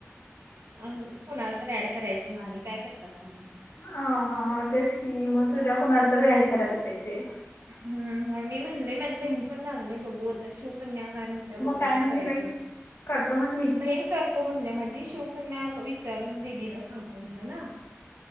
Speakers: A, on the right; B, on the left.
A: अ कोणाला तर ऍड करायचं मग आणि काय करतासा मग.
B: हा. हा. तेच की मग, तुझ्या कुणाला तरी ऍड करायला पाहिजे.
A: हम्म होय. मी म्हणलेय माझी बहीण पण लागली बघू आता शिवकन्या काही म्हण त्या बघून
B: काय
A: मग
B: म्हणली
A: करायचं‌.
B: बहीण? करतो म्हणली?
A: बहिण कर तो म्हणल्या माझी. शिवकन्या विचारून दिदीला सांगतो म्हणलं ना.